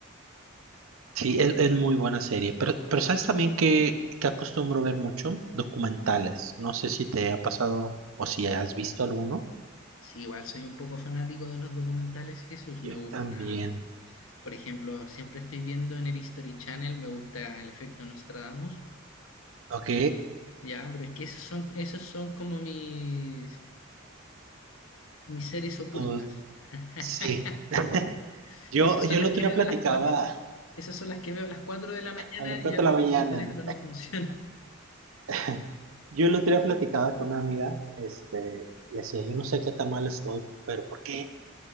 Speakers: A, on the right (about 85°); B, on the left (about 85°).
A: Sí, es, es muy buena serie. Pero, pero ¿sabes también que, que acostumbro ver mucho? Documentales. No sé si te ha pasado o si has visto alguno.
B: Sí, igual soy un poco fanático de los documentales, Jesús, me
A: Yo
B: gusta.
A: también.
B: Por ejemplo, siempre estoy viendo en el History Channel, me gusta el efecto Nostradamus,
A: Ok,
B: ya, pero es que esos son, esos son como mis, mis series ocultas.
A: tú,
B: <laughs>
A: Sí. <laughs> Yo,
B: Esas
A: yo
B: son
A: el
B: las
A: otro
B: que
A: día
B: veo
A: platicaba
B: a las cuatro, esas son las que veo a las cuatro de la mañana,
A: a las cuatro
B: ya
A: de
B: cuando
A: la mañana.
B: mi cerebro no funciona.
A: <laughs> Yo el otro día platicaba con una amiga, este, le decía, yo no sé qué tan mal estoy, pero ¿por qué?